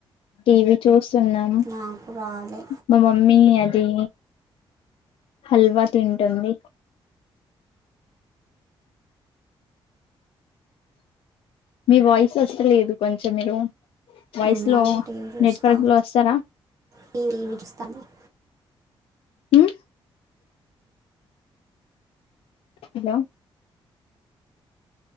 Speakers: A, on the left; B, on the right.
A: టీవి చూస్ సున్నం
B: నాకు రాలే
A: మా మమ్మీ అది హల్వా తింటుంది మీ వాయిస్ వస్తలేదు కొంచెం మీరు వాయిస్
B: ఉన్నాము
A: లో
B: టీవీ చూస్తా
A: నెట్వర్క్ లో వస్తారా
B: టీవీలు <unintelligible>
A: ఉమ్ హలో